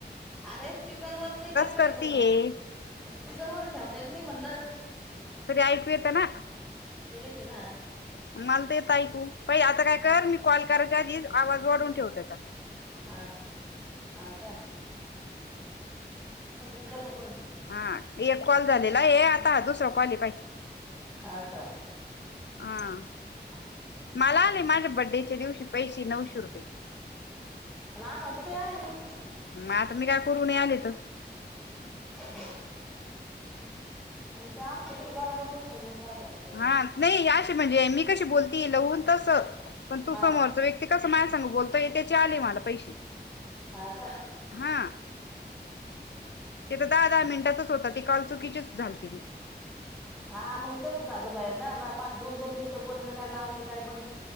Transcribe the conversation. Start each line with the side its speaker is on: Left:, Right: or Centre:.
Centre: अरे स्पीकरवरनी करता
Left: करतीये
Centre: <unintelligible> स्पीकरवर ठेवतायत नाही म्हणलं. <unintelligible>
Left: तरी ऐकू येत ना.
Centre: न ई येेतीना.
Left: मला तर येत ऐकू बाई आता काय कर मी कॉल करायच्या आधीच आवाज वाढवून ठेव तेचा.
Centre: <unintelligible> मग तसच कर ना पुढं.
Left: हां एक कॉल झालेला आहे. आता आजु दुसरा कॉल पाइ
Centre: आ का.
Left: आं
Centre: <unintelligible>
Left: मला आले माझ्या बड्डेच्या दिवशी पैसे नऊशे रुपये.
Centre: ना आमाला तर काय आलं नाही.
Left: मग आता मी काय करू नय आले त,
Centre: <unintelligible> हं ते आमच्याशी बराबर नसल मग. काय झालं काही
Left: हां नाही याशी मजे मी कशी बोलतीय लवून तसं. पण तू
Centre: हा
Left: समोरचा व्यक्ती का समाज तो बोलतोय त्याचे आले मला पैसे.
Centre: हा का
Left: हां ते त धा धा मिनटातच होता. ते कॉल चुकीचीच झाल ते बी.
Centre: हा मंग तसच झालत भयंदा पाच दोन दोन मिनिटं बोलण काय लावले काय पण